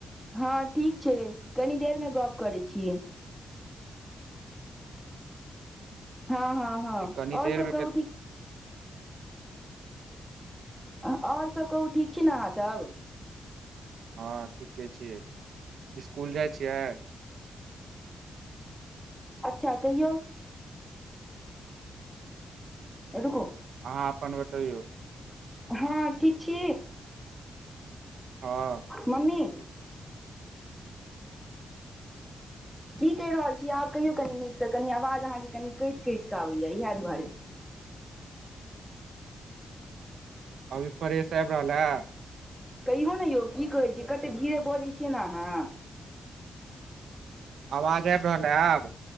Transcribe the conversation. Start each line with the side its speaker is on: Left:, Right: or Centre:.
Centre: हँ ठीक छै, कनी देरमे गप करैत छी हँ हँ हँ,
Right: कनि
Centre: आओर
Right: देरमे
Centre: सब कहू ठीक आओर सब कहू ठीक छी ने अहाँ सभ?
Right: हँ ठीके छियै। स्कुल जाइ छियै
Centre: अच्छा कहियउ रुकु
Right: अहाँ अपन बतैयउ
Centre: हँ ठीक छी
Right: हँ
Centre: मम्मी की कहि रहल छिय आब कहियौ कनि नीकसँ कनि आवाज अहाँके कनि कटि कटि कऽ आबैए इएह दुआरे
Right: अभी फर्रेश आइब रहल ह
Centre: कहियो ने यौ की कहै छै कते धीरे बजै छियै ने आहाँ
Right: अवाज आबि रहल है आब